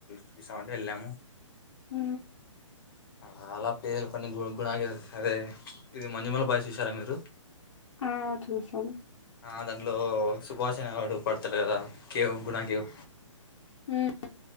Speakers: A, on the left; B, on the left.
A: చూసామంటే వెళ్ళాము
B: హ
A: అ అలా పేజలు కొన్ని గు గుణగి అదే ఇది మజుమూళ బాయ్స్ చూసారా మీరు
B: ఆ చూసాం
A: ఆ దానిట్లో సుభాషణ అనే వాడు పడుత త కేవ గుణగ కేవ్
B: హ